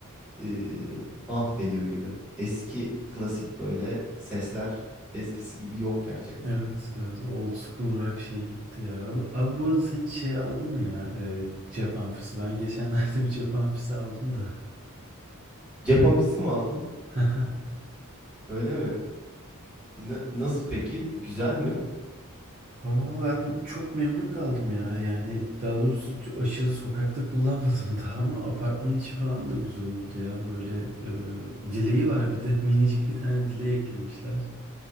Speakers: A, in the centre; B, on the right (about 35°).
A: e, mahvediyor gibi. Eski klasik böyle seskler eskisi gibi yok gerçekten.
B: Evet, evet. Old school rock şeyi gitti ya. Abi, abi bu arada sen hiç şey aldın mı ya? E, cep amfisi. Ben geçenlerde bir cep amfisi aldım da.
A: Cep ampisi mi aldın?
B: <laughs>
A: Öyle mi? Na- nasıl peki? Güzel mi?
B: Ama ben çok memnun kaldım ya. Yani daha doğrusu aşırı sokakta kullanmadım daha ama apartmanın içi falan da güzel oldu ya. Böyle e, dileği var bir de. <laughs> Minicik bir tane dileği eklemişler.